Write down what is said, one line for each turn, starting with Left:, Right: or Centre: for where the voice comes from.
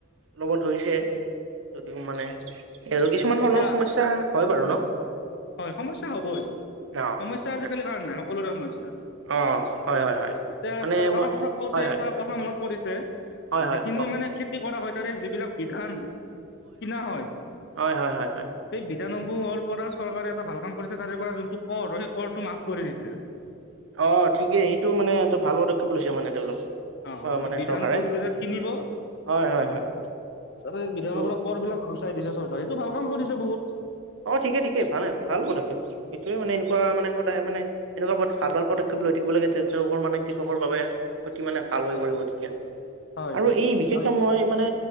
Right: ল'ব ধৰিছে যদিও মানে। আৰু কিছুমান
Left: এতিয়া
Right: ধৰণৰ সমস্যা। হয় বাৰু ন।
Left: হয় সমস্যা হবই
Right: অ
Left: সমস্যা আজিকালি
Right: তাক
Left: কাৰ নাই। সকলোৰে সমস্যা।
Right: অ হয় হয় হয়
Left: এতিয়া
Right: মানে
Left: চৰকাৰৰ
Right: মই
Left: কথা কওঁতে
Right: হয় হয়
Left: এটা কথা মনত পৰিছে
Right: হয় হয়
Left: যিখিনি
Right: কওকচোন
Left: মানে খেতি কৰা হয়। চৰকাৰে যিবিলাক বিধান কিনা হয়
Right: হয় হয় হয় হয়
Left: সেই বিধানসমূহৰ পৰা। টা ভাল কাম কৰিছে তাৰে পৰা যোনটো কৰ সেই কৰটো মাফ কৰি দিছে
Right: অ ঠিকেই সেইটো মানে ত ভাল পদক্ষেপ লৈছে মানে তেওঁলোক।
Left: অ
Right: মানে
Left: এই বিধানটোৰ
Right: চৰকাৰে
Left: যেয়া কিনিব
Right: হয় হয় হয়
Left: তাতে
Right: সেইটো
Left: বিধানৰ পৰা কৰ বিলাক গুচাই দিছ চব। সেইটো ভাল কাম কৰিছে বহুত।
Right: অ ঠিকে ঠিকেই ভালে ভাল পদক্ষেপ এইটোৱে মানে এনেকুৱা মানে সদায় মানে এনেকুৱা ভাল ভাল পদক্ষেপ লৈ থাকিব লাগে তেওঁলোকৰ মানে কৃষকৰ বাবে অতি মানে ভাল হৈ পৰিব তেতিয়া
Left: হয়
Right: আৰু এই বিশেষকে মই মানে